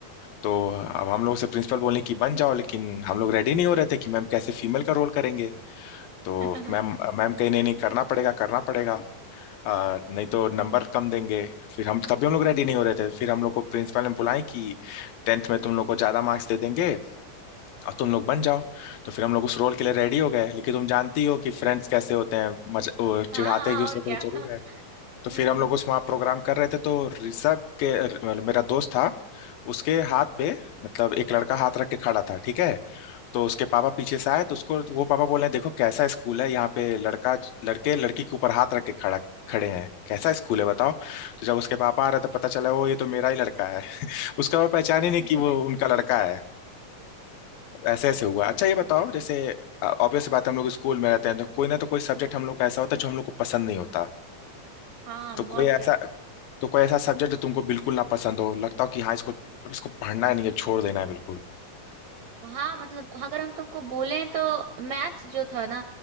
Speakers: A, on the left; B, on the right.
A: तो अब हम लोग से प्रिंसिपल बोले कि बन जाओ लेकिन हम लोग रेडी नहीं हो रहे थे कि मैम कैसे फीमेल का रोल करेंगे तो
B: <laughs> हाँ
A: मैम मैम कहीं नहीं नहीं करना पड़ेगा करना पड़ेगा अ, नहीं तो नंबर कम देंगे फिर हम तभी हम लोग रेडी नहीं हो रहे थे फिर हम लोग को प्रिंसिपल ने बुलाए कि टेंथ में तुम लोग को ज्यादा मार्क्स दे देंगे और तुम लोग बन जाओ तो फिर हम लोग उस रोल के लिए रेडी हो गए लेकिन तुम जानती हो कि फ्रेंड्स कैसे होते हैं मज वो चिढ़ाते
B: हाँ
A: एक दूसरे
B: और
A: को
B: क्या
A: तो जरूर
B: <laughs>
A: है
B: हम्म
A: तो फिर हम लोग उस वहाँ प्रोग्राम कर रहे थे तो ऋषभ के मतलब मेरा दोस्त था उसके हाथ पे मतलब एक लड़का हाथ रख के खड़ा था ठीक है तो उसके पापा पीछे से आए तो उसको वो पापा बोले हैं, देखो कैसा स्कूल है यहाँ पे लड़का लड़के लड़की के ऊपर हाथ रख के खड़ा खड़े हैं कैसा स्कूल है बताओ तो जब उसके पापा आ रहे तो पता चला वो ये तो मेरा ही लड़का है <laughs> उसका वो पहचान ही नहीं
B: <laughs>
A: कि वो उनका लड़का ऐसे ऐसे हुआ अच्छा ये बताओ जैसे ऑब्वियस बात है हम लोग स्कूल में रहते हैं तो कोई ना तो कोई सब्जेक्ट हम लोग का ऐसा होता है जो हम लोग को पसंद नहीं होता
B: हाँ
A: तो कोई
B: और क्या
A: ऐसा तो कोई ऐसा सब्जेक्ट जो तुमको बिल्कुल ना पसंद हो लगता हो कि हाँ इसको इसको पढ़ना नहीं है छोड़ देना है बिल्कुल
B: हाँ मतलब अगर हम तुमको बोलें तो मैथ्स जो था ना